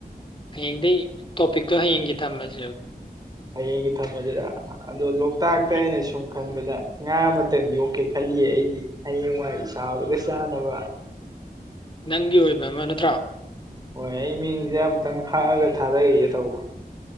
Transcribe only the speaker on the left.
ꯍꯌꯦꯡꯗꯒꯤ ꯇꯣꯄꯤꯛꯇꯣ ꯍꯌꯦꯡꯒꯤ ꯊꯝꯃꯁꯦ
ꯎꯝ
ꯅꯪꯒꯤ ꯑꯣꯏꯕ ꯑꯃ ꯅꯠꯇ꯭ꯔꯥ